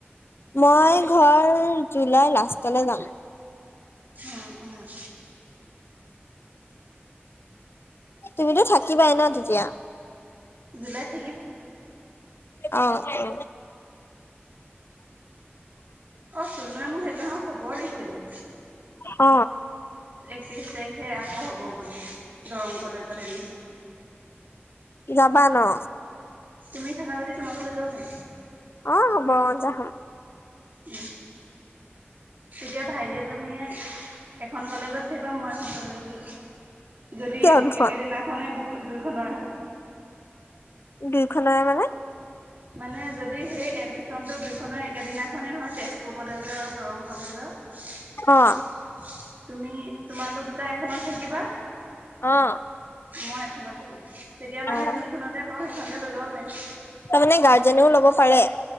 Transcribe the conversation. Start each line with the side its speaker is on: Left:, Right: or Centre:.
Left: মই ঘৰ জুলাই লাষ্টলৈ যাম।
Right: অ অ।
Left: তুমিতো থাকিবাই ন তেতিয়া?।
Right: জুলাইত
Left: অ অ।
Right: অ চুনুৱে মোক সেইদিনাখনৰ খবৰ দিছিলে।
Left: অ।
Right: ত্ৰিশ তাৰিখে আকৌ হ'ব বুলি দৰং কলেজত এডমিচন।
Left: যাবানো?
Right: তুমি থাকা যদি তোমাকো লৈ যাব পাৰিম।
Left: অ হব যা।
Right: উম। তেতিয়া ভাইটিয়ে তুমিয়ে এখন কলেজত থাকিবা, মই এখন কলেজত থাকিম। যদি
Left: কিয় দুখন
Right: একেদিনাখনেই দু দুইখনৰে হয়।
Left: দুইখনৰে মানে
Right: মানে যদি সেই এডমিচ্যন টো দুইখনৰ একেদিনাখনেই হয়, তেজপুৰ কলেজৰ দৰং কলেজৰ।
Left: অ
Right: তুমি তোমালালোক দুটা এখনত থাকিবা।,
Left: অ
Right: মই এখনত থাকিম তেতিয়া মানে
Left: অ
Right: যোনখনতে পাওঁ সেইখনতে লৈ ল'ব পাৰিম।
Left: তাৰমানে